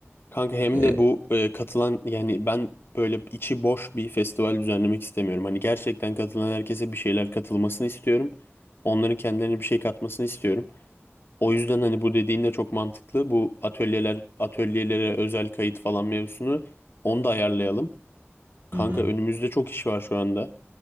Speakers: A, on the left; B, on the right.
A: Kanka hem
B: Ee,
A: de bu e, katılan yani ben böyle içi boş bir festival düzenlemek istemiyorum. Hani gerçekten katılan herkese bir şeyler katılmasını istiyorum. Onların kendilerine bir şey katmasını istiyorum. O yüzden hani bu dediğin de çok mantıklı. Bu atölyeler atölyelere özel kayıt falan mevzusunu onu da ayarlayalım. Kanka
B: hı hı.
A: önümüzde çok iş var şu anda.